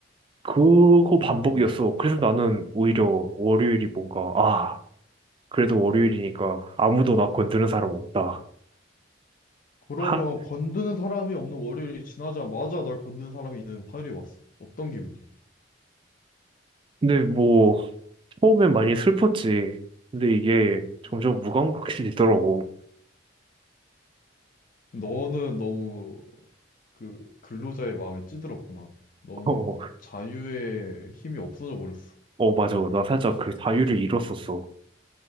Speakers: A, on the right; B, on the left.
A: 그거
B: 어,
A: 반복이었어.
B: 근데?
A: 그래서 나는 오히려 월요일이 뭔가, 아, 그래도 월요일이니까 아무도 나 건드는 사람 없다.
B: 그러면
A: 하,
B: 건드는 사람이 없는 월요일이 지나자마자 널 건드는 사람이 있는 화요일이 왔어. 어떤 기분이야?
A: 근데 뭐, 처음엔 많이 슬펐지. 근데 이게 점점
B: 음.
A: 무감각해지더라고.
B: 너는 너무 그 근로자의 마음에 찌들었구나.
A: <laughs>
B: 너는
A: 어,
B: 그 자유의 힘이 없어져 버렸어.
A: 어, 맞아. 나 살짝 그 자유를 잃었었어.